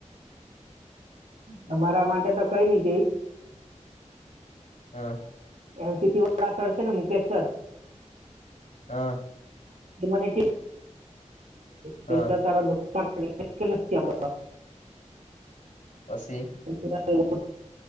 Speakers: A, on the right; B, on the left.
A: તમારા માટે તો કઈ નઈ કઈ.
B: હ
A: એનસીસી વાળા સર છે ને મુકેશ સર
B: હા.
A: એ મને કે પેલા
B: હ
A: તારો દોસ્તાર <unintelligible> નથી આવતો.
B: પછી.
A: <unintelligible>